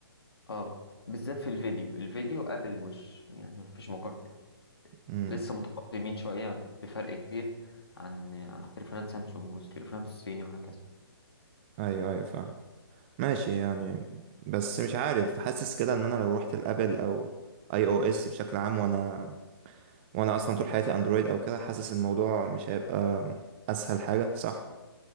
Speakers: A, on the left (about 75°); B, on the right (about 25°).
A: اه بالذات في الفيديو الفيديو قبل الوش يعني مفيش مقارنه
B: امم
A: لسه متقدمين شوية بفرق كبير عن عن تليفونات سامسونج والتليفونات الصيني وهكذا
B: ايوه ايوه فاهم ماشي يعني بس مش عارف حاسس كده ان انا لو روحت لابل او اي او اس بشكل عام وانا وانا اصلا طول حياتي اندرويد او كده حاسس الموضوع مش هيبقى اسهل حاجة صح